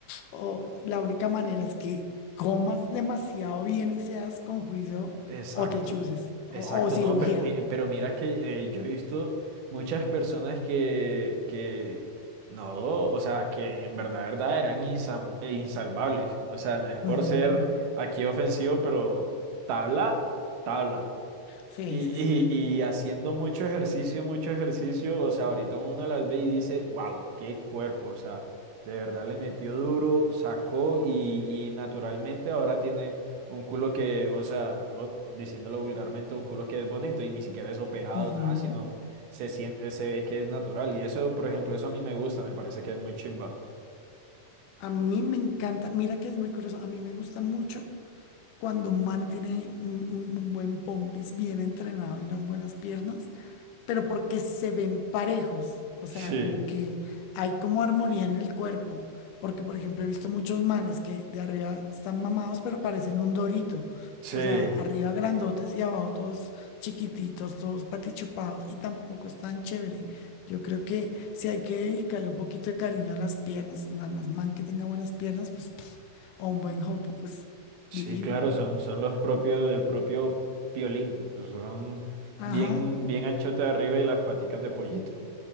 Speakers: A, on the left (about 85°); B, on the right (about 90°).
A: o la única manera es que comas demasiado bien y seas con juicio
B: Exacto,
A: o te chuses o,
B: exacto,
A: o cirugía.
B: no, pero, mi- eh, pero mira que eh, yo he visto muchas personas que, que no, o sea, que en verdad, verdad eran insam- eh, insalvables, o sea, no es por
A: Ujú.
B: ser aquí ofensivo, pero tabla, tabla.
A: Sí,
B: Y,
A: sí, sí.
B: y, y haciendo mucho ejercicio, mucho ejercicio, o sea, ahorita uno las ve y dice, wow, qué cuerpo, o sea, de verdad le metió duro, sacó y, y naturalmente ahora tiene un culo que, o sea, o- diciéndolo vulgarmente, un culo que es bonito y ni siquiera es operado,
A: Ujú.
B: nada, sino se siente, se ve que es natural. Y eso, por ejemplo, eso a mí me gusta, me parece que es muy chimba.
A: A mí me encanta, mira que es muy curioso, a mí me gusta mucho cuando un man tiene un, un un buen pompis bien entrenado y unas buenas piernas. pero porque se ven parejos, o sea,
B: Sí,
A: como que hay como armonía en el cuerpo, porque por ejemplo he visto muchos manes que de arriba están mamados, pero parecen un dorito,
B: sí.
A: o sea, arriba grandotes y abajo todos chiquititos, todos patichupados y tampoco es tan chévere. Yo creo que si hay que dedicarle un poquito de cariño a las piernas, nada más man que tenga buenas piernas, pues, pf, o un buen jopo, pues
B: Sí,
A: divino.
B: claro, son, son los propios, el propio piolín. Son
A: Ajá.
B: bien, bien anchote de arriba y las paticas de pollito.